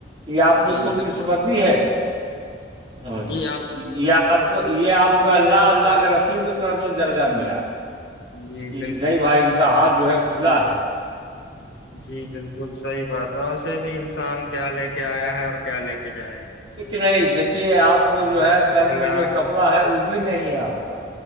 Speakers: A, on the right; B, on the left.
A: یہ آپ کی
B: جی
A: خوش
B: بالکل
A: قسمتی ہے اں جی
B: آپ کی خوش
A: یہ
B: خوش
A: آپ کو
B: قسمتی
A: یہ آپ کو اللہ
B: ہے کہ
A: اللہ
B: آپ
A: کے رسول کی طرف سے درجہ ملا
B: جی
A: کہ نہیں بھائی ان کا ہاتھ جو ہے کھلا ہے
B: ڈڈ جی بالکل صحیح بات ہے وسے بھی انسان کیا لے کے آیا ہے اور کیا لے کے جائے گا
A: کچھ نہیں دیکھیے آپ تو
B: ہاں،
A: جو ہے تن
B: اخلاق
A: میں جو کپڑا ہے وہ بھی نہیں ہے آپ کا